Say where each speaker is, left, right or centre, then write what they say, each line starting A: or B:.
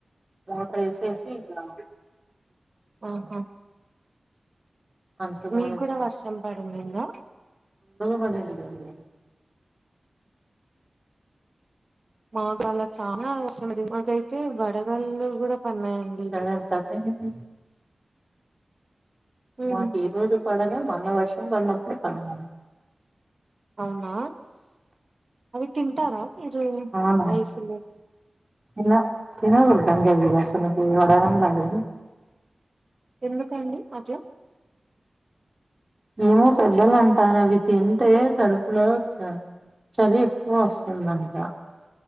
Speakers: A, on the right; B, on the right.
A: మోటర్ వేసేసి ఇలా
B: ఓకే
A: అంట్లు తోమేస్తా
B: మీకు కూడా వర్షం పడిందిందా.
A: మా డాడి గది గది
B: మతాన చాలా వర్షం పడింది. మాకైతే వడగాల్లు కూడా పన్నాయండి
A: సరే ఎంత అయిపోయింది.
B: ఉమ్,
A: మాకి ఈ రోజే. పడంగనే మన వర్షం పడినప్పుడు పడ్
B: అవునా అవి తింటారా మీరు
A: అవునా
B: ఐస్ లు.
A: తిన తినకూడదండి అవి అసలికి వడగండ్లు అవి.
B: ఎందుకండి అట్లా
A: ఏమో పెద్దలంటారు అవి తింటే కడుపులో చ చలి ఎక్కువ వస్తుందంట.